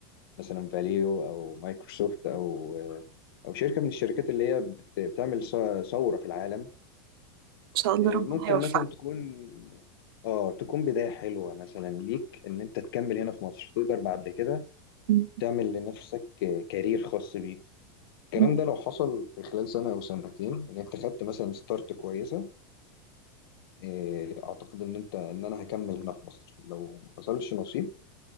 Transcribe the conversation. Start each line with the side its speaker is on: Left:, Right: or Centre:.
Left: مثلا فاليو او مايكروسوفت او او شركه من الشركات اللي هي بت- بتعمل ث- ثوره في العالم
Right: شاء الله ربنا
Left: ممكن
Right: يوفقنا
Left: مثلا تكون اه تكون بدايه حلوه مثلا ليك ان انت تكمل هنا في مصر تقدر بعد كده
Right: أمم.
Left: تعمل لنفسك كارير خاص بيك الكلام
Right: أمم.
Left: ده لو حصل في خلال سنه او سنتين ان انت خدت مثلا ستارت كويسه إيه، اعتقد ان انت ان انا هكمل هنا في مصر لو ما حصلش نصيب